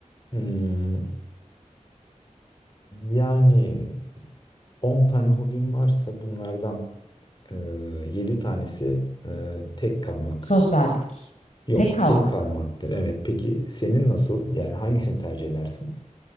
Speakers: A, on the left; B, on the left.
A: Hmm, yani 10 tane hobim varsa bunlardan e, 7 tanesi e, tek kalmak.
B: Sosyallik,
A: Yok,
B: tek kalmak.
A: tek kalmaktır. Evet. Peki senin nasıl? Yani hangisini tercih edersin?